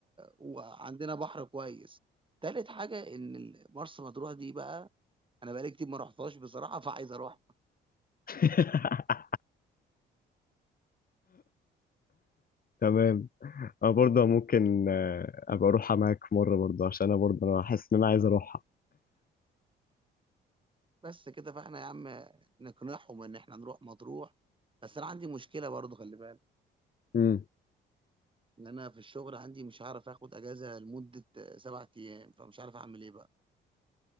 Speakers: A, on the right; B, on the left.
A: وعندنا بحر كويس تالت حاجة إن ال- مرسى مطروح دي بقى انا بقالي كتير ما رحتهاش بصراحه فعايز اروح
B: <laughs> تمام انا برضه ممكن آه، ابقى اروحها معاك مره برضه عشان انا برضه انا حاسس ان انا عايز اروحها
A: بس كده فاحنا يا عم نقنعهم ان احنا نروح مطروح بس انا عندي مشكله برضه خلي بالك
B: امم
A: ان انا في الشغل عندي مش هعرف اخد اجازه لمده آه، سبع ايام فمش عارف اعمل ايه بقى